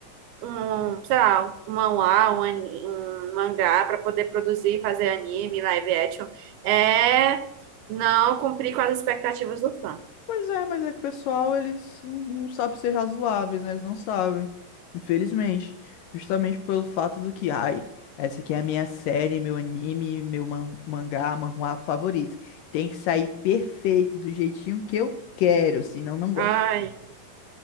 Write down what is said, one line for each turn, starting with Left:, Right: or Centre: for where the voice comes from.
Right: um, sei lá, um manhwa, um, ani- um mangá para poder produzir e fazer anime, live action, é não cumprir com as expectativas do fã.
Left: Pois é, mas é que o pessoal, eles não não sabem ser razoáveis, né? Eles não sabem. Infelizmente. Justamente pelo fato do que, ai, essa aqui é a minha série, meu anime, meu man mangá, manhwa favorito. Tem que sair perfeito, do jeitinho que eu quero, senão não gosto.
Right: Ai,